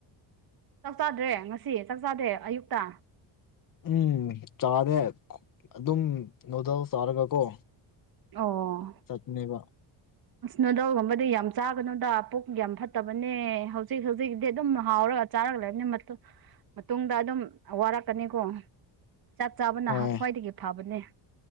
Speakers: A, on the right (about 50°); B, on the left (about 45°).
A: ꯆꯥꯛ ꯆꯥꯗ꯭ꯔꯦ ꯉꯁꯤ ꯆꯥꯛ ꯆꯥꯗꯦ ꯑꯌꯨꯛꯇ
B: ꯎꯝ ꯆꯥꯗꯦ ꯑꯗꯨꯝ ꯅꯨꯗꯜꯁ ꯆꯥꯔꯒ ꯀꯣ
A: ꯑꯣ
B: ꯆꯠꯕꯅ‌ꯦꯕ
A: ꯅꯣꯗꯜꯒꯨꯝꯕꯗꯤ ꯌꯥꯝ ꯆꯥꯒꯅꯨꯗ ꯄꯨꯛ ꯌꯥꯝ ꯐꯠꯇꯕꯅꯦ ꯍꯧꯖꯤꯛ ꯍꯧꯖꯤꯛꯗꯤ ꯑꯗꯨꯝ ꯍꯥꯎꯔꯒ ꯆꯥꯔꯛꯂꯕꯅꯤ ꯃꯇꯨꯡ ꯃꯇꯨꯡꯗ ꯑꯗꯨꯝ ꯋꯥꯔꯛꯀꯅꯤꯀꯣ ꯆꯥꯛ ꯆꯥꯕꯅ
B: ꯍꯣꯏ
A: ꯈ꯭ꯋꯥꯏꯗꯒꯤ ꯐꯕꯅꯦ